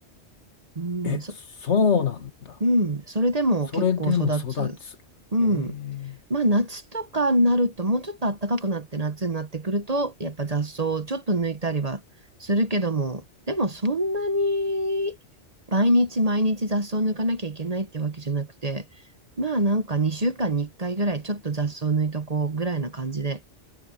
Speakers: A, on the right (about 35°); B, on the left (about 80°).
A: うん、
B: え、
A: そ
B: そうなんだ。
A: うん、それでも結構育つ。
B: それでも育つ。
A: うん。
B: ええ、
A: まあ夏とかになると、もうちょっと暖かくなって夏になってくると、やっぱ雑草をちょっと抜いたりはするけども、でもそんなに毎日毎日雑草を抜かなきゃいけないってわけじゃなくて、まあなんか2週間に1回ぐらいちょっと雑草を抜いとこうぐらいな感じで、